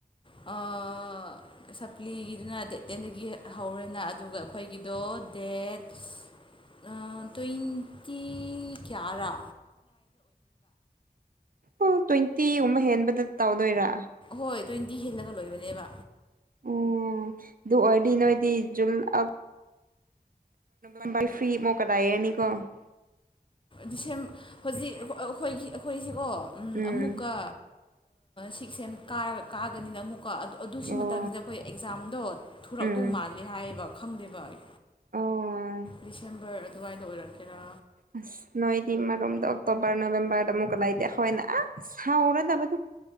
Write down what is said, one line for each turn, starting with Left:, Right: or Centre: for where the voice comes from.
Left: ꯑꯥ.....
Right: <inaudible>
Left: ꯁꯄꯂꯤꯒꯤꯗꯨꯅ ꯗꯦꯠ ꯇꯦꯟꯗꯒꯤ ꯍꯧꯔꯦꯅ ꯑꯗꯨꯒ ꯑꯩꯈꯣꯏꯒꯤꯗꯣ ꯗꯦꯠ..... ꯁ ꯑ ꯇ꯭ꯋꯦꯟꯇꯤ ꯀꯌꫪꯥ
Right: ꯑꯥ ꯇ꯭ꯋꯦꯟꯇꯤꯒꯨꯝꯕ ꯍꯦꯟꯕꯗ ꯇꯧꯗꯣꯏꯔ꯫
Left: ꯍꯣꯏ ꯇ꯭ꯋꯦꯟꯇꯤ ꯍꯜꯂꯒ ꯂꯣꯏꯕꯅꯦꯕ꯫
Right: ꯑꫭ ꯑꯗꯨ ꯑꯣꯏꯗꯤ ꯅꯣꯏꯗꯤ ꯖꯨꯂ ꯑꯞ ꯃꯨꯝꯕꯥꯏ ꯐ꯭ꯔꯤ ꯃꯧꯀꯥꯗꯥꯏꯌꯦꯔꯅꯤꯀꯣ <unintelligible>
Left: ꯗꯤꯁꯦꯝ ꯍꯧꯖꯤꯛ ꯑꯩ ꯑꯩꯈꯣꯏꯒꯤ ꯑꯩꯈꯣꯏꯁꯤꯀꯣ
Right: ꯎꯝ
Left: ꯑꯃꯨꯛꯀ ꯁꯤꯁꯦꯦꯝ ꯀꯥꯔꯛ ꯀꯥꯒꯅꯤꯅ ꯑꯃꯨꯛꯀ ꯑꯗꯨ ꯁꯤ
Right: ꯑꯣ
Left: ꯃꯇꯝꯁꯤꯗ ꯑꯩꯈꯣꯏ ꯑꯦꯛꯖꯥꯝꯗꯣ ꯊꯨꯔꯛꯇꯧ
Right: ꯎꯝ
Left: ꯃꯥꯜꯂꯦ ꯍꯥꯏꯌꯦꯕ ꯈꯪꯗꯦꯕ ꯑꯩ
Right: ꯑꯣ
Left: ꯗꯤꯁꯦꯝꯕꯔ ꯑꯗꯨꯋꯥꯏꯗ ꯑꯣꯏꯔꯛꯀꯦꯔꯥ
Right: ꯑ ꯅꯣꯏꯗꯤꯝ ꯃꯔꯣ ꯑꯣꯀꯛꯇꯣꯕꯔ ꯅꯕꯦꯝꯕꯔꯗ ꯃꯨ ꯑꯣꯥꯏ ꯏꯗ ꯍꯅ ꯑ ꯆꯥꯎꯔ ꯇꯗꯨꯣ